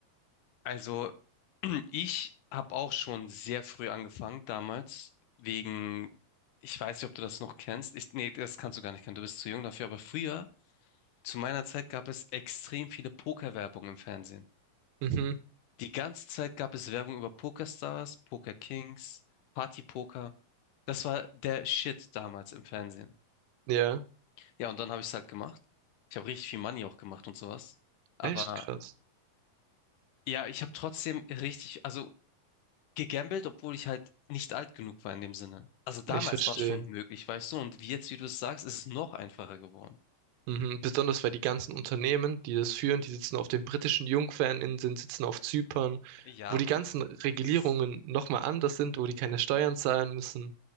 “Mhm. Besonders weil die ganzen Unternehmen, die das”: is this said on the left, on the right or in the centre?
Right